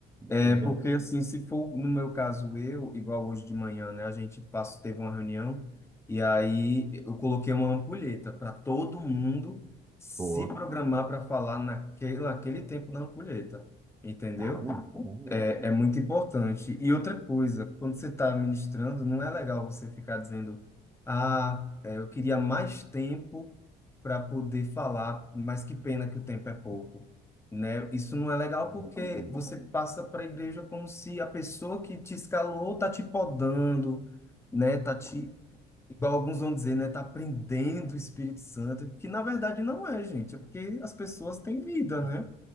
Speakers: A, on the left; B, on the right.
A: É
B: eu já
A: porque
B: vou.
A: assim, se for no meu caso eu, igual hoje de manhã, né, a gente passou, teve uma reunião e aí eu coloquei uma ampulheta para todo mundo se
B: Pô,
A: programar para falar naquele, naquele tempo da ampulheta, entendeu?
B: Caramba, muito bom,
A: É, é muito importante. E outra coisa, quando você está ministrando, não é legal você ficar dizendo, ah, é, eu queria mais tempo para poder falar, mas que pena que o tempo é pouco, né? Isso não é legal
B: hein?
A: porque você passa para a igreja como se a pessoa que te escalou tá te podando, né? Tá te, igual alguns vão dizer, né? Tá prendendo o Espírito Santo, que na verdade não é, gente, é porque as pessoas têm vida, né?